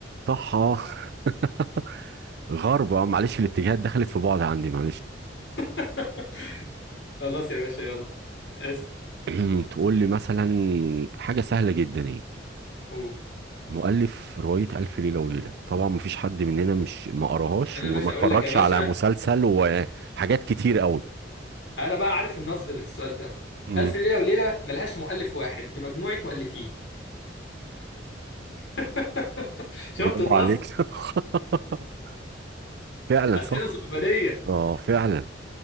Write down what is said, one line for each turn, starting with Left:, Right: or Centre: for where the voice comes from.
Right: صح آه. <laughs> غرب آه، معلش الاتجاهات دخلت في بعض عندي معلش
Left: <laughs> خلاص يا باشا يلا اسأل
Right: <clears throat> تقول لي مثلا حاجه سهله جدا ايه
Left: قول
Right: مؤلف رواية ألف ليلة وليلة طبعا مفيش حد مننا مش ما قراهاش
Left: انا
Right: مم.
Left: يا
Right: وما
Left: باشا
Right: اتفرجش
Left: اقول لك يا باشا
Right: على مسلسل وحاجات كتير قوي
Left: انا بقى عارف النصب اللي في السؤال ده
Right: مم.
Left: الف ليلة وليلة ملهاش مؤلف واحد دي مجموعة مؤلفين <laughs> شفت
Right: برافو
Left: النصب
Right: عليك <laughs> فعلا
Left: اسئلة
Right: صح
Left: صعبانية
Right: اه فعلا